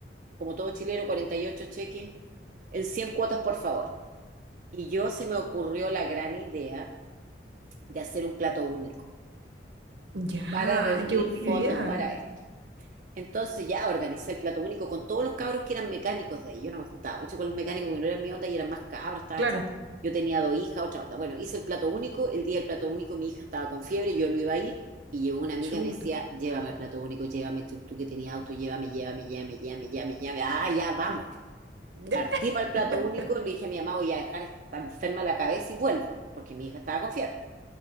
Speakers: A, on the right; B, on the right.
A: como todo chileno, 48 cheques en 100 cuotas, por favor. Y yo se me ocurrió la gran idea de hacer un plato único
B: Ya,
A: para reunir
B: qué buena
A: fondos
B: idea.
A: para esto. Entonces ya organizé el plato único con todos los cabros que eran mecánicos de ahí. Yo no me juntaba mucho con los mecánicos porque no eran mi onda y eran más cabros, estaba
B: Claro,
A: chata. Yo tenía dos hijas, otra onda. Bueno, hice el plato único. El día del plato único mi hija estaba con fiebre, yo no iba a ir. Y llegó una amiga
B: chuta.
A: y me decía, llévame al plato único, llévame tú, tú que tenías auto, llévame, llévame, llévame, llévame, llévame, llévame. Ah, ya, vamos.
B: Ya,
A: Partí para el plato
B: <laughs>
A: único, le dije a mi mamá, voy a dejar esta enferma la cabeza y vuelvo, porque mi hija estaba con fiebre.